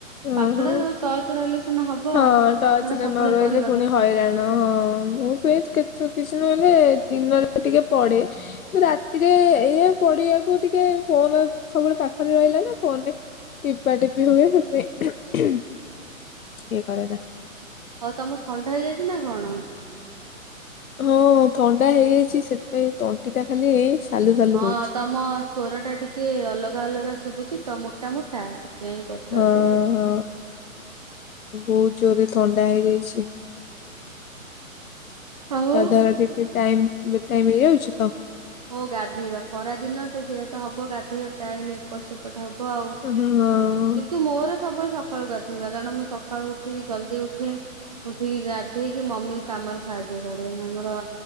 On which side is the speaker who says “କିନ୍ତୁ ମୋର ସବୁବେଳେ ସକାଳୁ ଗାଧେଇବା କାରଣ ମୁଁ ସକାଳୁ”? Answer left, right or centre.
Right